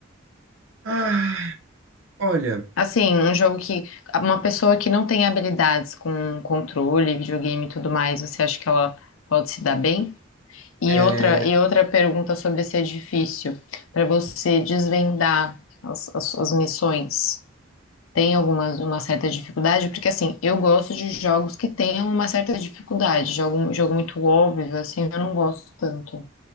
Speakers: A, on the right (about 75°); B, on the left (about 80°).
A: Ah, olha,
B: Assim, um jogo que uma pessoa que não tem habilidades com controle, videogame e tudo mais, você acha que ela pode se dar bem? E
A: é...
B: outra, e outra pergunta sobre se é difícil para você desvendar as, as suas missões, tem alguma uma certa dificuldade? Porque assim, eu gosto de jogos que tenham uma certa dificuldade, jogo, jogo muito óbvio, assim, eu não gosto tanto.